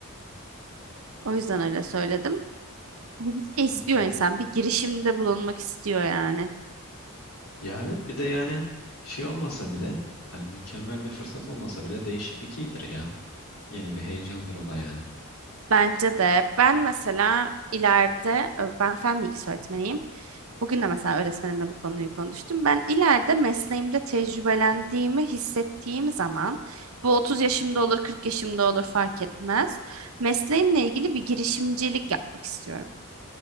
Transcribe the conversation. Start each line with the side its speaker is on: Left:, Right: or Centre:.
Right: O yüzden öyle söyledim. Hani bir şey istiyor
Left: Hı hı.
Right: insan, bir girişimde bulunmak istiyor yani.
Left: Ya evet bir de yani şey olmasa bile hani mükemmel bir fırsat olmasa bile değişiklik iyidir ya. Yeni bir heyecandır o da yani.
Right: Bence de ben mesela ileride ben fen bilgisi öğretmeniyim. Bugün de mesela öğretmenimle bu konuyu konuştum. Ben ileride mesleğimde tecrübelendiğimi hissettiğim zaman bu 30 yaşımda olur, 40 yaşımda olur fark etmez. Mesleğimle ilgili bir girişimcilik yapmak istiyorum.